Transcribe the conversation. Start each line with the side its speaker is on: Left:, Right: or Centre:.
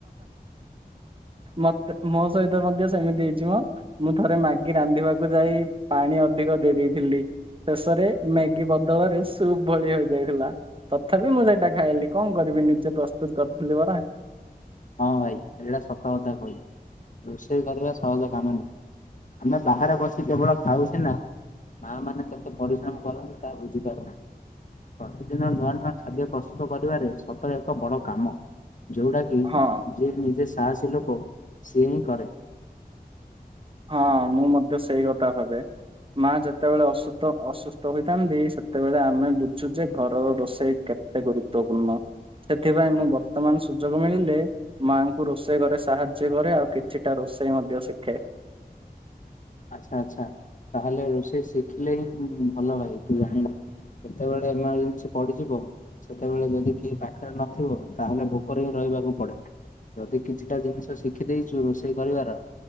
Right: ମତେ ମ ସହିତ ମଧ୍ୟ ସେମିତି ହେଇଚି ମ। ମୁଁ ଥରେ ମ୍ୟାଗି ରାନ୍ଧିବାକୁ ଯାଇ ପାଣି ଅଧିକ ଦେଇ ଦେଇଥିଲି। ଶେଷରେ ମ୍ୟାଗି ବଦଳରେ ସୁପ୍ ଭଳି ହୋଇଯାଇଥିଲା। ତଥାପି ମୁଁ ସେଇଟା ଖାଇଲି କଣ କରିବି ନିଜେ ପ୍ରସ୍ତୁତ୍ କରିଥିଲି ପରା।
Left: ହଁ ଭାଇ ଏଇଟା ସତ କଥା କହିଲ ରୋଷେଇ କରିବା ସହଜ କାମ ନୁଁ। ଆମେ ବାହାରେ ବସି କେବଳ ଖାଉଛେ ନା। ମା ମାନେ କେତେ ପରିଶ୍ରମ କରନ୍ତି ତାହା ବୁଝିପାରୁନା। ପ୍ରତିଦିନ ନୂଆ ନୂଆ ଖାଦ୍ୟ ପ୍ରସ୍ତୁତ କରିବାରେ ସତରେ ଏକ ବଡ କାମ ଯୋଉଟା। କି
Right: ହଁ
Left: ଯିଏ ନିଜେ ସାହସୀ ଲୋକ ସିଏ ହିଁ କରେ।
Right: ହଁ ମୁଁ ମଧ୍ୟ ସେଇ କଥା ଭାବେ। ମା ଯେତେବେଳେ ଅସୁତ ଅସୁସ୍ଥ ହୋଇଥାନ୍ତି ସେତେବେଳେ ଆମେ ବୁଝୁ ଯେ ଘରର ରୋଷେଇ କେ ତେ ଗୁରୁତ୍ୱପୂର୍ଣ୍ଣ ସେଥିପାଇଁ ମୁଁ ବର୍ତ୍ତମାନ୍ ସୁଯୋଗ ମିଳିଲେ। ମାଆ ଙ୍କୁ ରୋଷେଇ ଘରେ ସାହାଯ୍ୟ କରେ ଆଉ କିଛିଟା ରୋଷେଇ ମଧ୍ୟ ଶିଖେ।
Left: ଆଚ୍ଛା ଆଚ୍ଛା ତାହେଲେ ରୋଷେଇ ଶିଖିଲେ ହିଁ ଭଲ ଭାଇ ତୁ ଜାଣିନୁ। କେତେବେଳେ ଏମର୍ଜେନ୍ସି ପଡିଯିବ। ସେତେବେଳେ ଯଦି କିଏ ପାଖରେ ନଥିବ ତାହେଲେ ଭୋକରେ ହିଁ ରହିବାକୁ ପଡେ। ଯଦି କିଛିଟା ଜିନିଷ ଶିଖିଦେଇଛୁ ରୋଷେଇ କରିବାର